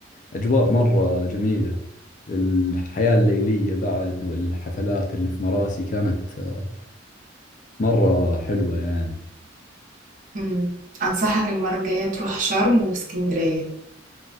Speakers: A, on the left; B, on the right.
A: أجواء مرة جميلة الحياة الليلية بعد والحفلات اللي في مراسي كانت آه، مرة حلوة يعني
B: امم أنصحك المرة الجاية تروح شرم واسكندرية